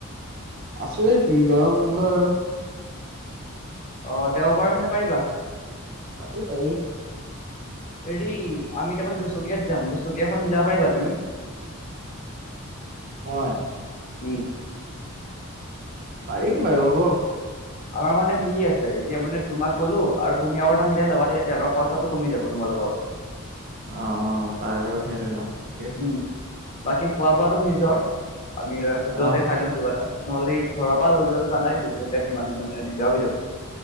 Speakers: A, on the right; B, on the left.
A: আছোঁই ফ্ৰী, গৰম বন্ধ আৰু।
B: অ, দেওবাৰ মানে পাৰিবা?
A: পাৰি- পাৰি।
B: হেৰি, আমি তাৰমানে দুচকীয়াত যাম, দুচকীয়াখন মিলাব পাৰিবা তুমি?
A: হয়।
B: উম।
A: পাৰিম বাৰু হ'ব।
B: আমাৰ আছে এতিয়া মানে তোমাক ক'লো, আৰু তুমি আৰু এটা মিলাই ল'বা তেতিয়া তেলৰ খৰচাটো কমি যাব তোমালোকৰ।
A: অ- অ‌, তাৰ লগত মিলাই লম। ঠিকে আছে
B: উম, বাকী খোৱা বোৱাটো নিজৰ, আমি হোটেলত
A: অহ,
B: খাই লম কিবা এটা। নহ'লে সেই ঘৰৰ পৰা লৈ যোৱাটো জানাই, দুচকীয়াত কিমান মানে দিগদাৰ হৈ যাব।